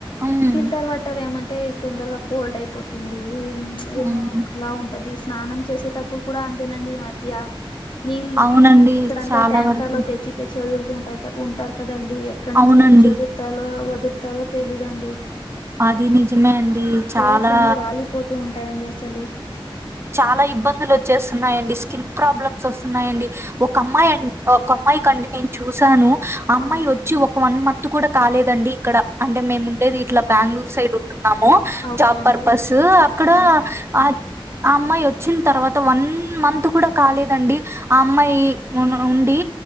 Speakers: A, on the right (about 25°); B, on the left (about 60°).
A: ఉమ్
B: ఫీల్టార్ వాటర్ టర్ ఏమంటే తొందరగా కోల్డ్ అయిపోతుంది ఏమో
A: ఉమ్
B: ఒక లా ఉం టాది స్నానం చేసేటప్పుడు కూడా అంతేనండి ఈ మధ్య నీళ్ళ
A: అవునండి
B: ఇక్కడంతా
A: చాలా
B: ట్యాంకర్
A: వరకు
B: లో తెచ్చి తెచ్చివదులుతుంటా ఉంటారు కదండి ఎక్కడ నుంచి
A: అవునండి
B: తెచ్చి వదురుతాలో వదురుతారో తెలీదండి
A: అది నిజమే అండి చాలా
B: హెయిర్స్ అని రాలిపోతూ ఉంటాయండి అసలు.
A: చాలా ఇబ్బందులు వచ్చేస్తున్నాయండి స్కిన్ ప్రాబ్లమ్స్ వస్తున్నాయండి. ఒక అమ్మాయి అన్ ఒక అమ్మాయి కండి నేను చూసాను. అమ్మాయి
B: ఆ
A: వచ్చి ఒక వన్ మంత్ కూడా కాలేదండి ఇక్కడ అంటే మేము ఉండేది. ఇట్లా బెంగళూరు సైడ్ ఉంటున్నాము
B: ఓకే
A: జాబ్
B: అండి
A: పర్పస్ అక్కడ.
B: ఆ
A: ఆ అమ్మాయి వచ్చిన తర్వాత వన్ మంత్ కూడా కాలేదండి. ఆ అమ్మాయి ఉండి